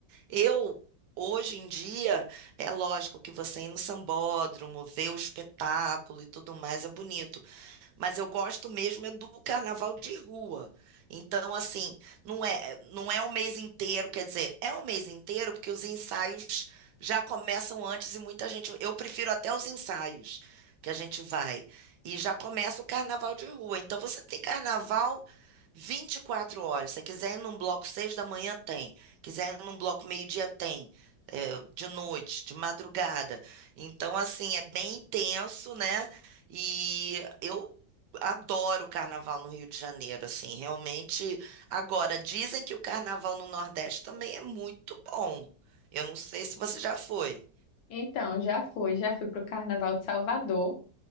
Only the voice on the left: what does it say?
Então, já fui, já fui para o Carnaval de Salvador.